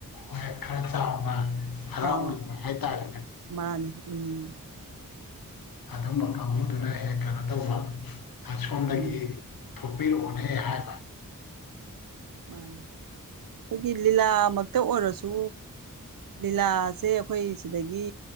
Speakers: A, on the left; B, on the right.
A: ꯍꯣꯏ ꯈꯔ ꯆꯥꯎꯅ ꯍꯔꯥꯎꯅꯤꯡꯕ
B: ꯑꯥꯎ
A: ꯍꯥꯏꯇꯥꯔꯦ
B: ꯃꯥꯅꯦ ꯎꯝ
A: ꯑꯗꯨꯝꯕ ꯀꯥꯡꯕꯨꯗꯨꯅ ꯍꯦꯟ ꯀꯩꯅꯣ ꯇꯧꯕ ꯑꯥꯁꯣꯝꯗꯒꯤ
B: ꯎꯝ
A: ꯊꯣꯛꯄꯤꯔꯛꯑꯣꯅꯦ ꯍꯥꯏꯕ
B: ꯃꯥꯅꯦ ꯈꯣꯏꯒꯤ ꯂꯤꯂꯥꯃꯛꯇ ꯑꯣꯏꯔꯁꯨ ꯂꯤꯂꯥꯁꯦ ꯑꯩꯈꯣꯏ ꯁꯤꯗꯒꯤ